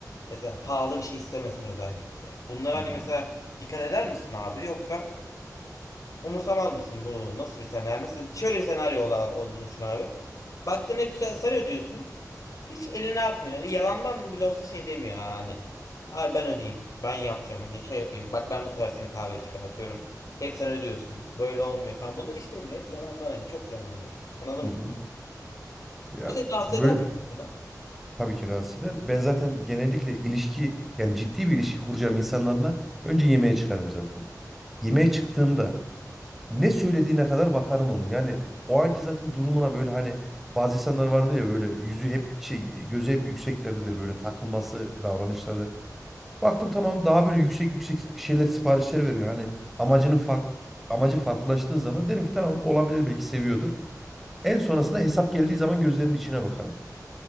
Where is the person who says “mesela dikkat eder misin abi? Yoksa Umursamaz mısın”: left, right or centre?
Left